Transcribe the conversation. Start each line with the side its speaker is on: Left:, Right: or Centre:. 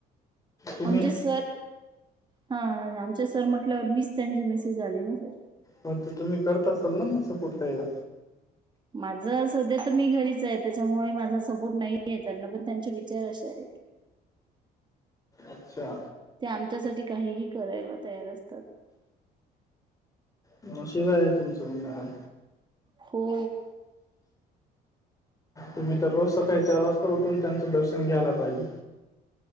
Left: तुम्ही
Right: आमचे सर, हा आमचे सर म्हटल्यावर मीच त्यांचे मेसेज झाले ना सर,
Left: हो तर, तुम्ही करत असाल ना मग सपोर्ट तयला.
Right: माझं सध्या तर मी घरीच आहे, त्याच्यामुळे माझा सपोर्ट नाही आहे त्यांना, पण त्यांचे विचार असे आहेत.
Left: अच्छा.
Right: ते आमच्यासाठी काहीही करायला तयार असतात.
Left: नशीब आहे तुमचं म्हणून.
Right: हो.
Left: तुम्ही तर रोज सकाळी चार वाजता उठून त्याच दर्शन घ्यायला पाहिजे.